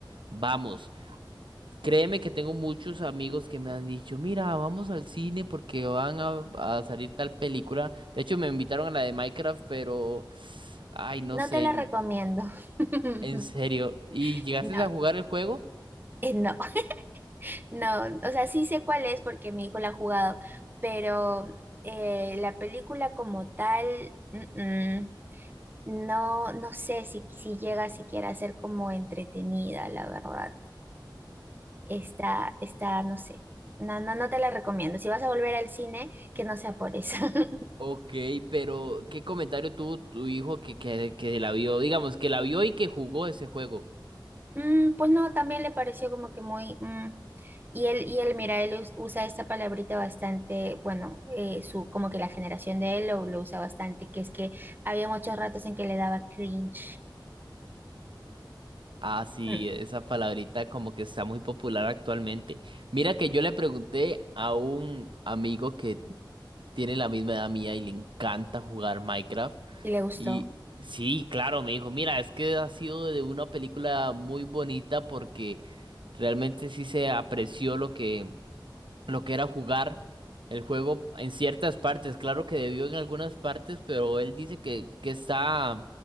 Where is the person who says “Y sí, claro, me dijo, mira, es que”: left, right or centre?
Right